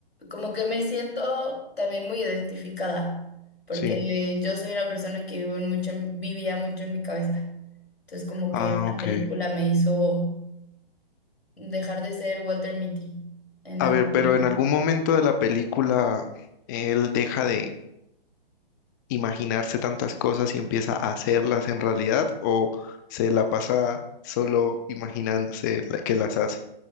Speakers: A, on the left; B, on the left.
A: como que me siento también muy identificada, porque
B: Sí.
A: yo soy una persona que vivo en mucho en- vivía mucho en mi cabeza. Entonces, como
B: Ah,
A: que la
B: ok.
A: película me hizo dejar de ser Walter Mitty en
B: A
A: alguna...
B: ver, pero en algún momento de la película él deja de imaginarse tantas cosas y empieza a hacerlas en realidad o se la pasa solo imaginándose la que las hace.